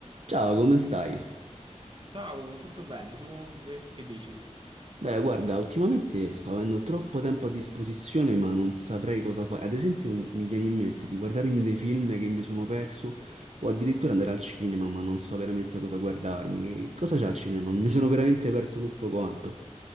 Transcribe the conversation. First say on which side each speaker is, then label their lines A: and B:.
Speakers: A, on the right; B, on the right.
A: Ciao, come stai?
B: Ciao, tutto bene? Tu Ve- che dici?
A: Beh, guarda, ultimamente sto avendo troppo tempo a disposizione, ma non saprei cosa fare. Ad esempio, mi mi viene in mente di guardarmi dei film che mi sono perso, o addirittura andare al cinema, ma non so veramente cosa guardarmi. Che cosa c'è al cinema? Mi sono veramente perso tutto quanto.